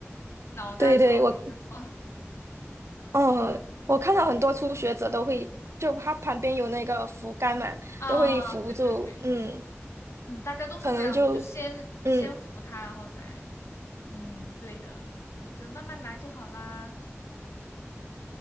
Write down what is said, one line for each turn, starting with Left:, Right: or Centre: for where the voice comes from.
Left: 脑袋着地的话，
Right: 对对，我嗯，我看到很多初学者都会，就他旁边有那个扶杆嘛，
Left: 啊，
Right: 都会扶住，
Left: 对对对。
Right: 嗯，
Left: 嗯，大家都是这样的，
Right: 可能就
Left: 就先先服他，
Right: 嗯
Left: 然后再，嗯，对的，反正慢慢来就好啦。